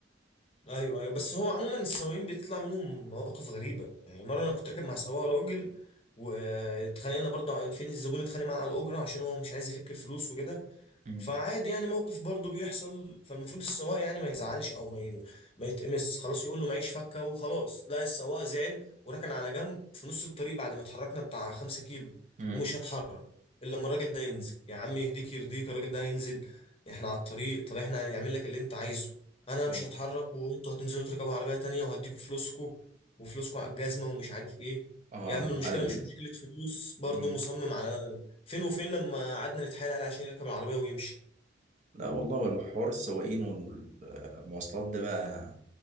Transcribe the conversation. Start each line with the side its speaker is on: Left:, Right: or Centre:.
Left: ايوه ايوه بس هو عموما السواقين بيطلع منهم مواقف غريبه يعني مره انا كنت راكب مع سواق راجل واتخانقنا برضه على- فين الزبون اتخانق معاه على الاجره عشان هو مش عايز يفك الفلوس وكده
Right: مم.
Left: فعادي يعني موقف برضه بيحصل فالمفروض السواق يعني ما يزعلش او ما ي- ما يتقمص خلاص يقول له معيش فكه وخلاص لا السواق زعل وركن على جنب في نص الطريق بعد ما اتحركنا بتاع خمسة كيلو
Right: مم.
Left: ومش هتحرك الا لما الراجل ده ينزل يا عم يهديك يرضيك الراجل ده هينزل احنا على الطريق طب احنا هنعمل لك اللي انت عايزه انا
Right: طيب
Left: مش هتحرك وانتوا هتنزلوا تركبوا عربيه تانية وهديكوا فلوسكوا وفلوسكوا على الجزمه ومش عارف ايه
Right: اه
Left: يا عم المشكله
Right: على ال...
Left: مش مشكله فلوس برضه
Right: مم.
Left: مصمم على فين وفين لما قعدنا نتحايل عليه عشان يركب العربية ويمشي
Right: لا والله ولو حوار السواقين والمواصلات ده بقى